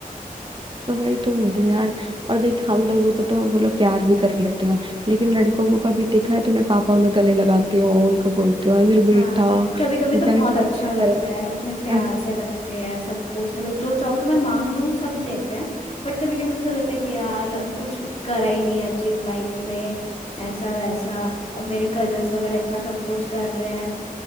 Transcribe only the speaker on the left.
हाँ कभी कभी
तो बहुत
अच्छा लगता
है
यार उतने
प्यार
से रखते हैं सब कुछ मतलब जो चाहो तो मैं मांग लूँ सब देते हैं बट कभी कभी मुझे ऐसा लगता है कि यार अभी कुछ करा ही नहीं अचीव लाइफ में ऐसा वैसा और मेरे कजन्स वगैरह इतना सब कुछ कर रहे हैं